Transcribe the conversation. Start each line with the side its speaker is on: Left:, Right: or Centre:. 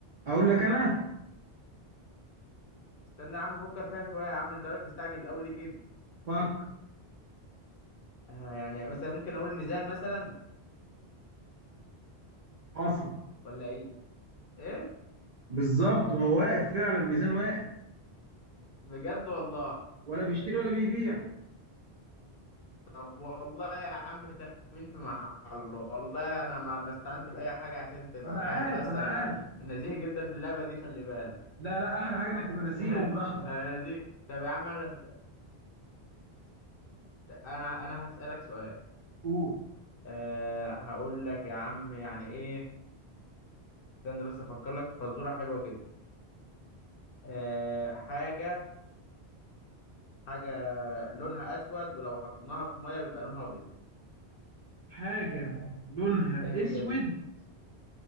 Right: اقول لك انا
Left: استنى يا عم افكر فيها شويه يا عم انت مالك مستعجل الاول ليه كده
Right: فك
Left: آه يعني مثلا ممكن اقول ميزان مثلا
Right: حصل
Left: ولا ايه ايه
Right: بالظبط وهو واقف فعلا ميزان واقف
Left: بجد والله
Right: ولا بيشتري ولا بيبيع
Left: طب والله يا عم تخمين في محله والله انا ما ما استعنت باي حاجه عشان تبقى
Right: انا عارف
Left: فاهم بس
Right: انا
Left: انا
Right: عارف
Left: نزيه جدا في اللعبه دي خلي بالك
Right: لا لا احلى حاجه انك تبقى نزيه
Left: <laughs>
Right: وبراحتك
Left: انا نزيه طب يا عم انا لو- انا انا هسالك سؤال
Right: قول
Left: أه هقول لك يا عم يعني ايه استنى بس افكر لك في فزوره حلوه كده أه حاجه حاجه لونها اسود ولو حطيناها في ميه بيبقى لونها ابيض
Right: حاجه لونها
Left: ايه هي
Right: اسود
Left: دي